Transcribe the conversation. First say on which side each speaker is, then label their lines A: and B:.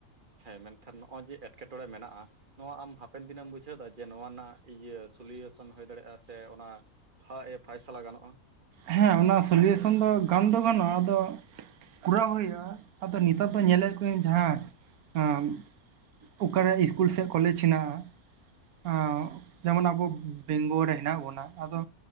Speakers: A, on the right (about 35°); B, on the right (about 80°).
A: ᱦᱮᱸ ᱢᱮᱱᱠᱷᱟᱱ ᱱᱚᱜᱼᱚᱭ ᱡᱮ ᱮᱴᱠᱮᱴᱚᱬᱮ ᱢᱮᱱᱟᱜᱼᱟ ᱱᱚᱣᱟ ᱟᱢ ᱦᱟᱯᱮᱱ ᱫᱤᱱᱮᱢ ᱵᱩᱡᱷᱟᱹᱣᱫᱟ ᱡᱮ ᱱᱚᱣᱟ ᱨᱮᱱᱟᱜ ᱤᱭᱟᱹ ᱥᱳᱞᱤᱭᱩᱭᱮᱥᱚᱱ ᱦᱩᱭ ᱫᱟᱲᱮᱭᱟᱜᱼᱟ ᱥᱮ ᱚᱱᱟ ᱯᱷᱟᱭ ᱯᱷᱟᱭᱥᱟᱞᱟ ᱜᱟᱱᱚᱜᱼᱟ
B: ᱦᱮᱸ ᱚᱱᱟ ᱥᱚᱞᱤᱭᱩᱭᱮᱥᱚᱱ ᱫᱚ ᱜᱟᱱ ᱫᱚ ᱜᱟᱱᱚᱜᱼᱟ ᱟᱫᱚ ᱠᱚᱨᱟᱣ ᱦᱩᱭᱩᱜᱼᱟ ᱟᱫᱚ ᱱᱮᱛᱟᱨ ᱫᱚ ᱧᱮᱞᱮᱫ ᱠᱚ ᱡᱟᱦᱟᱸ ᱮᱸᱻ ᱚᱠᱟᱨᱮ ᱤᱥᱠᱩᱞ ᱥᱮ ᱠᱚᱞᱮᱡᱽ ᱦᱮᱱᱟᱜᱼᱟ ᱮᱸᱜᱻ ᱡᱮᱢᱚᱱ ᱟᱵᱚ ᱵᱮᱝᱜᱚᱞ ᱨᱮ ᱦᱮᱱᱟᱜ ᱵᱚᱱᱟ ᱟᱫᱚ